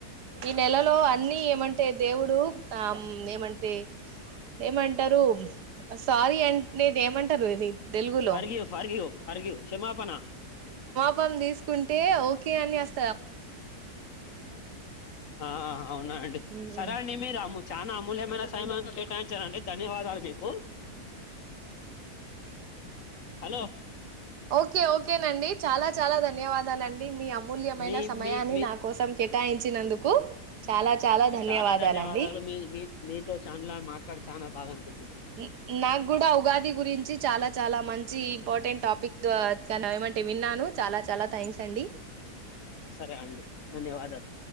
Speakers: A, on the right; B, on the left.
A: ఈ నెలలో అన్నీ ఏమంటే దేవుడు ఆమ్ ఏమంటే ఏమంటారు సారీ అన్ నేదేమెం ట్రరు ఇది తెలుగులో
B: ఫార్గియు ఫరియు అరిగ్యూ క్షమాపణ
A: పం తీసుకుంటే ఓకే అని అస్
B: ఆ అవున అండి,
A: ఉమ్
B: సరే అండి మిరా అము చానా అమూల్యమైన సైమన్ కేటాయించారండి ధన్యవాదాలు మీకు, హలో
A: ఓకే ఓకేనండి. చాలా చాలా ధన్యవాదాలండి మీ అమూల్యమైన
B: మీ
A: సమయాన్ని
B: మీ మీ
A: నా కోసం కేటాయించినందుకు చాలా చాలా ధన్యవాదాలండి
B: చాన ధన్యవాదాలు మీ మీత్ మీతో చాన్ల మా ట్లడి చాన బాగ అనిపి
A: ఇ నాకూడా ఉగాది గురించి చాలా చాలా మంచి ఇంపార్టెంట్ టాపిక్ ద్దో ఒద్దన్నారు ఏమంటే విన్నాను చాలా చాలా థ్యాంక్స్ తండి
B: సరే అండి ధన్యవాదాల్